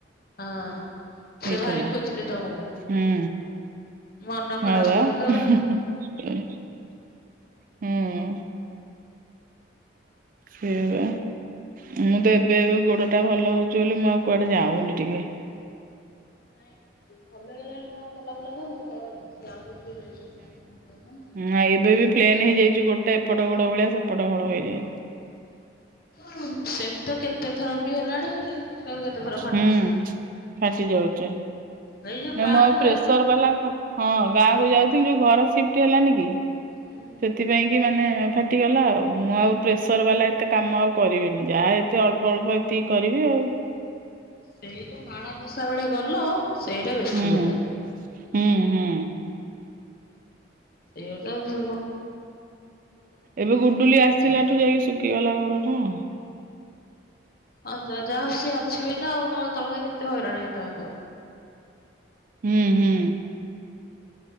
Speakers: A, on the left; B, on the right.
A: ହଁ।
B: ହେଇଥିଲା
A: ସେ ଭାରି ଖୋଜିଲେ ତମକୁ,
B: ହୁଁ
A: ମନ
B: ହଁ
A: ଖରାପ
B: ବା
A: କଲେ, କହିବା
B: ହୁଁ। ସେଇ ବା ମୁଁ ତ ଏବେ ଏବେ ଗୋଡଟା ଭଲ ହଉଛି ବୋଲି ମୁଁ ଆଉ କୁଆଡେ ଯାଉନି ଟିକେ।
A: ନାଇଁ ଏବେ ଭଲ ହେଇଗଲା ବୋଲି କଣ ଆଉ ତଲା ବୁଲା କରିବ କରନି ସେ ଆହୁରି ଟିକେ ରେଷ୍ଟ ନଉମ।
B: ନାଁ ଏବେ ବି ପ୍ଲେନ୍ ହେଇଯାଇଛି ଗୋଡ ଟା ଏପଟ ଗୋଡ ଭଳିଆ ସେପଟ ଘଳ ହେଇଯାଇଛି।
A: ହୁଁ, ସେମି ତ କେତେ ଥର ବି ହେଲାଣି କେତେ ଥର ଫାଟୁଛି।
B: ହୁଁ ଫାଟି ଯାଉଛେ,
A: ଏଇ ଯୋଉ
B: ନାଇ
A: ଗାଁକୁ
B: ମୁଁ ଆଉ ପ୍ରେସର
A: ଯାଇକି ହୁଁ
B: ବାଲା ହଁ ଗାଁକୁୁ ଯାଉଥିଲି ଯୋଉ ଘର ସିପ୍ଟି ହେଲାନି କି?
A: ହୁଁ
B: ସେଥିପାଇଁ କି ମାନେ ଫାଟିଗଲା ଆଉ, ମୁଁ ଆଉ ପ୍ରେସର ବାଲା ଏତେ କାମ ଆଉ କରିବିନି, ଯାହା ଏ <unintelligible> ଏତେ ଅଳ୍ପ ଅଳ୍ପ ଏତିକି କରିବି ଆଉ।
A: ସେଇ ଯୋଉ ମାଣ ବଷା ବେଳେ ଗଲ ସେଇଟା ବେଶୀ
B: ହୁଁ,
A: ହେଲା।
B: ହୁଁ, ହୁଁ।
A: ସେଅଟା ଭଲ ଭ
B: ଏବେ ଗୁଡୁଲି ଆସିଲାଠୁ
A: ସାରେ
B: ଯାଇକି ଶୁଖିଗଲା ଗୋଡଟା ଆଉ।
A: ହଁ ଯ ଯାହା ହଉ ଅଛିି ବି ନା ଆଉ ନହେଲେ ତମେ କେତେ ହଇରାଣ ହେଇଥାନ୍ତ।
B: ହୁଁ, ହୁଁ।